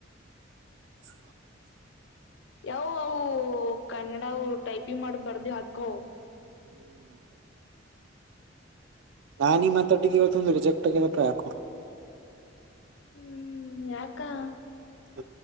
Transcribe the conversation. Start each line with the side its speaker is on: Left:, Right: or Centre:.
Right: <unintelligible>
Left: ಯಾವ ಅವು ಕನ್ನಡ ಅವ ಟೈಪಿಂಗ್ ಮಾಡ ಬರ್ದ ಹಾಕ್ಕ <unintelligible>
Right: ಹ್ಮ್ <unintelligible> ನಾ ಈಗ್ ಮಾತಾಡ್ಡ ಇವತ್ತು ಒಂದು ರಿಜೆಕ್ಟ್ ಆಗರಪ್ಪ ಯಾಕು <unintelligible>
Left: ಹ್ಮ್ ಯಾಕಾ <unintelligible>
Right: ಹ